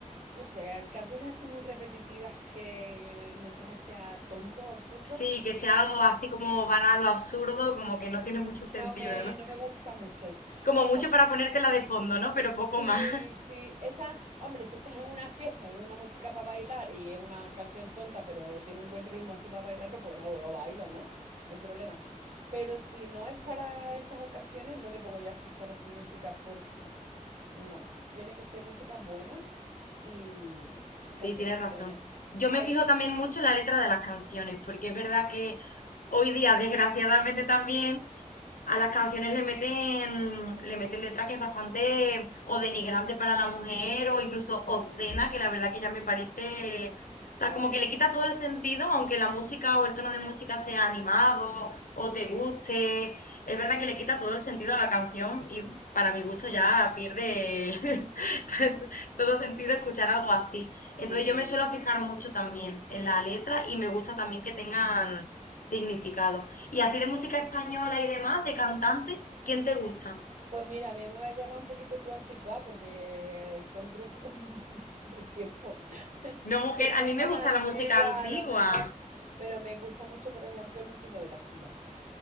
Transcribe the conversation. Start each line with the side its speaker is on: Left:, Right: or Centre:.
Right: no sé, canciones así muy repetitivas que el mensaje sea tonto, absurdo.
Left: Sí, que sea algo así como banal o absurdo, como que no tiene mucho sentido,
Right: No me,
Left: ¿no?
Right: no me gusta mucho.
Left: Como
Right: Esa
Left: mucho para ponértela de fondo, ¿no? Pero poco
Right: Sí,
Left: más. <laughs>
Right: sí. Esa, hombre, si estás en una fiesta y es una música para bailar y es una canción tonta, pero tiene un buen ritmo así para bailarlo, pues no, lo bailo, ¿no? No hay problema. Pero si no es para esas ocasiones, no me pongo yo a escuchar así música por... No, tiene que ser música buena y,
Left: Sí,
Right: y canciones
Left: tienes razón.
Right: buenas.
Left: Yo
Right: Hay...
Left: me fijo también mucho en la letra de las canciones, porque es verdad que hoy día, desgraciadamente también, a las canciones le meten, le meten letra que es bastante o denigrante para la mujer o incluso
Right: mm,
Left: obscena, que la verdad que ya me parece, o sea,
Right: claro,
Left: como que le quita todo el sentido, aunque la música o el tono de música sea animado o te guste, es verdad que le quita todo el sentido a la canción y para mi gusto ya pierde <laughs> todo sentido escuchar algo así.
Right: sí.
Left: Entonces yo me suelo fijar mucho también en la letra y me gusta también que tengan significado. Y así de música española y demás, de cantantes, ¿quién te gusta?
Right: Pues mira, a mí me llama un poquito tu anticuada porque eh, son grupos <laughs> de tiempo <laughs>
Left: No, mujer,
Right: que son
Left: a mí me
Right: más
Left: gusta
Right: antiguos
Left: la música antigua.
Right: a lo mejor, pero me gusta mucho, por ejemplo, el último de la fila.